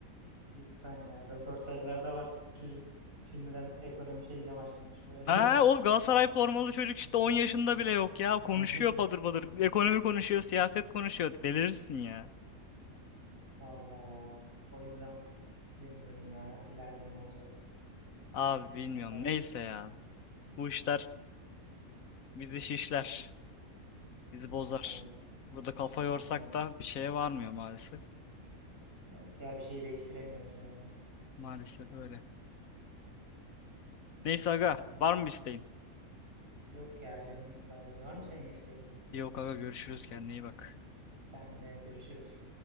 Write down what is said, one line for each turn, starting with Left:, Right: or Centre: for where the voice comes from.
Right: Cidden ya. Röportajlarda var. Çocuk şimdiden ekonomi şeyine başlamış böyle.
Left: Ha oğlum Galatasaray formalı çocuk işte 10 yaşında bile yok ya. Konuşuyor
Right: <laughs>
Left: padır padır. Ekonomi konuşuyor, siyaset konuşuyor. Delirirsin ya.
Right: Vallahi ya. O yüzden bilmiyorum ya. ileride ne olacak?
Left: Abi bilmiyorum.
Right: Bakalım.
Left: Neyse ya. Bu işler bizi şişler. Bizi bozar.
Right: Vallahi biz
Left: Burada kafa yorsak
Right: aynen.
Left: da bir şeye varmıyor maalesef.
Right: Yok ya bir şey değiştiremiyoruz yani.
Left: Maalesef öyle. Neyse aga
Right: Ne?
Left: var mı bir isteğin?
Right: Yok ya canının sağlığı. Var mı senin isteğin?
Left: Yok aga görüşürüz kendine iyi bak.
Right: Sen de görüşürüz.